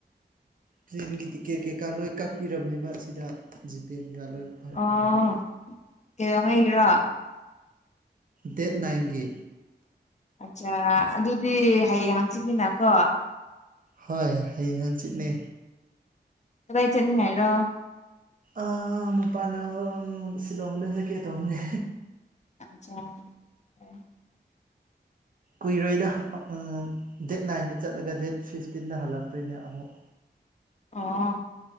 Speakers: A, on the right; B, on the left.
A: ꯇ꯭ꯔꯦꯟꯒꯤ ꯇꯤꯀꯦꯠ ꯀꯩꯀꯥ ꯂꯣꯏ ꯀꯛꯄꯤꯔꯝꯅꯦꯕ ꯑꯁꯤꯗ ꯖꯤ ꯄꯦ <unintelligible>
B: ꯑꯣ ꯀꯩꯗꯧꯉꯩꯒꯤꯔꯣ
A: ꯗꯦꯠ ꯅꯥꯏꯟꯒꯤ
B: ꯑꯠꯆꯥ ꯑꯗꯨꯗꯤ ꯍꯌꯦꯡ ꯍꯪꯆꯤꯠꯅꯤꯅꯀꯣ
A: ꯍꯣꯏ ꯍꯌꯦꯡ ꯍꯪꯆꯤꯠꯅꯦ
B: ꯀꯗꯥꯏ ꯆꯠꯅꯤꯡꯉꯥꯏꯔꯣ
A: ꯑꯥ ꯃꯄꯥꯟꯂꯝ ꯁꯤꯂꯣꯡꯗ ꯆꯠꯀꯦ ꯇꯧꯕꯅꯦ
B: <inaudible>
A: ꯀꯨꯏꯔꯣꯏꯗ ꯎꯝ ꯗꯦꯠ ꯅꯥꯏꯟꯗ ꯆꯠꯂꯒ ꯗꯦꯠ ꯐꯤꯐꯇꯤꯟꯗ ꯍꯜꯂꯛꯇꯣꯏꯅꯦ ꯑꯃꯨꯛ
B: <inaudible> ꯑꯣ